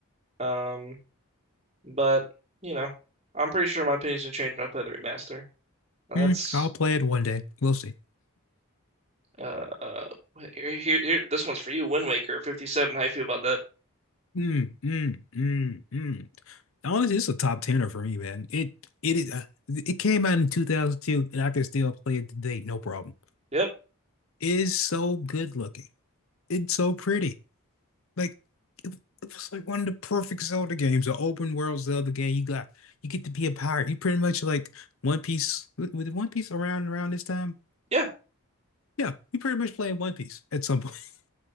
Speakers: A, on the right; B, on the left.
A: Um, but you know, I'm pretty sure my opinion's gonna change when I play the remaster. And
B: Hmm,
A: that's
B: I'll play it one day. We'll see.
A: uh, uh here, here here this one's for you, Wind Waker 57. How you feel about that?
B: Mm, mm, mm, mm. Honestly, it's a top tenner for me, man. It it is uh, it came out in 2002, and I can still play it today, no problem.
A: Yep.
B: It is so good looking. It's so pretty. Like it was like one of the perfect Zelda games, an open world Zelda game. You got you get to be a pirate. You pretty much like One Piece with with One Piece around around this time.
A: Yeah.
B: Yeah, you pretty much playing One Piece at some point. <laughs>